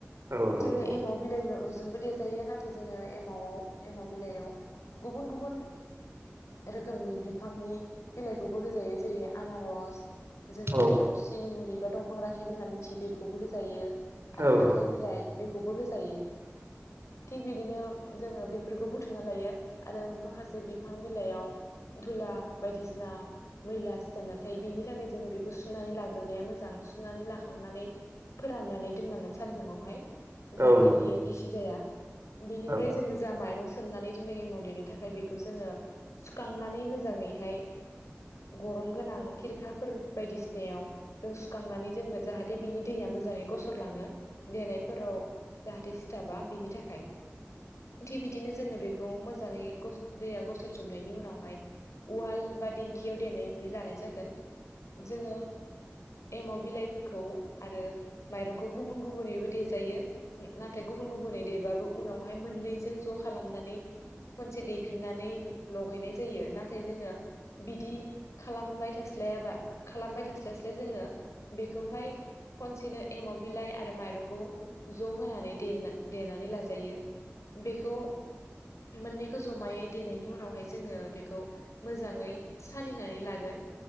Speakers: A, on the right (about 60°); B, on the left (about 80°).
A: औ नंगौ
B: जोङो एमाव बिलाइनो ओज जोंबो देजायो नाथाय जोङो एमावआव एमाव बिलाइयाव गुबुन-गुबुन जो रोखोमनि बिफांनि बिलाइखौबो होजायो। जेरै - आनारस, जोङो
A: औ
B: जायखौ सिनिमुरि बा दंफां राखेब होनना मिथियो बेखौबो होजायो। आरो
A: औ
B: खान्थाल
A: औ औ
B: बिलाइ बेखौबो होजायो। थिग बिदिनो जोङो बेफोरखौ बुथुमना लायो आरो माखासे बिफां बिलाइयाव धुला बायदिसिना मैला सिथाबनानै थायो बेनि थाखाय जों बेखौ सुनानै लाग्रोनाया मोजां। सुनानै लाखांनानै फोराननानै दोननांगोन सान्दुंङावहाय।
A: औ
B: जाहाथे
A: औ औ
B: बियो गिसि जाया। बेनिफ्राय
A: औ
B: जोङो जा माइरं सोमनानै दिनो एमाव देनो थाखाय बेखौ जोङो सुखांनानै मोजाङैहाय गरं गोनां खिरखाफोर बायदिसिनायाव जों सुखांनानै दोनगोन जाहाथे बिनि दैया मोजाङै गसरलाङो। देनायफोराव जाहाथे सिथाबा बिनि थाखाय थि बिदिनो जोङो बेख खौ मोजाङै गस दैया गसरजोबनायनि उनावहाय उवाल बा दिंखियाव देनानै लानाय जागोन जोङो एमाव बिलाइखौ आरो माइरंखौ गुबुन-गुबुनैबो देजायो नाथाय गुबुन-गुबुन गुबुनै देबाबो उनावहाय मोननैजों ज' खालामनानै खनसे दैफिननानै लगायनाय जायो नाथाय जोङो बिदि खालामबाय था थास्लायाबा खालामबाय थास्लायस्लाय जोङो बेखौहाय खनसेनो एमाव बिलाइ आरो माइरंखौ ज' होनानै देना-देनानै लाजायो । बेखौ मोननैखौ ज'मायै देनायनि उनावहाय जोङो बेखौ मोजाङै सालिनानै लागोन।